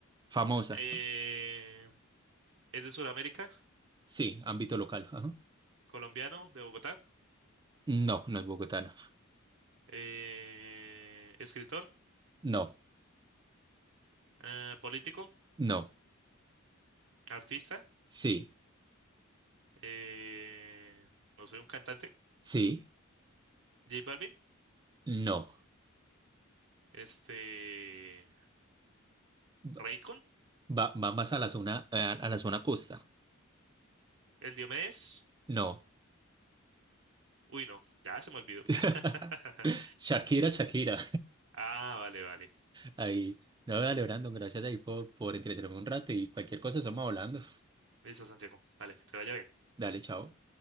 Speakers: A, on the right; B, on the right.
A: Famosa.
B: eh, es de Sudamérica,
A: Sí, ámbito local. Ajá.
B: colombiano, de Bogotá,
A: No, no es bogotana.
B: eh, escritor,
A: No,
B: eh, político,
A: no.
B: artista,
A: Sí,
B: eh, no soy un cantante.
A: sí,
B: J Balvin,
A: no.
B: este,
A: Va,
B: Raycon,
A: va- va más a la zona, a, a la zona costa.
B: el Diomedes.
A: No.
B: Uy, no, ya se me olvidó.
A: <laughs>
B: <laughs>
A: Shakira, Shakira.
B: Ah, vale, vale.
A: Ahí. No, dale, Brandon, gracias ahí por, por entretenerme un rato y cualquier cosa estamos hablando.
B: Listo, Santiago. Vale, que te vaya bien.
A: Dale, chao.